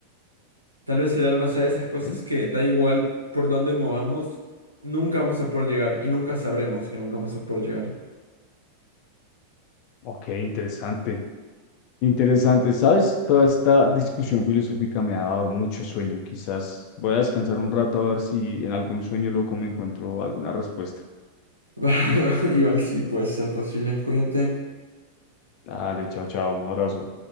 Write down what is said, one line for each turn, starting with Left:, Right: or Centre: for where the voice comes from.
Right: Tal vez el alma sea
Left: Ok,
Right: esas cosas que da igual por dónde movamos, nunca vamos a poder llegar. Y nunca sabremos que nunca vamos a poder llegar.
Left: Ok, interesante. Interesante, ¿sabes? Toda esta discusión filosófica me ha dado mucho sueño. Quizás voy a descansar un rato a ver si en algún sueño loco me encuentro alguna respuesta.
Right: <laughs> igual sí puede ser posible, cuídate.
Left: Dale, chao, chao, un abrazo.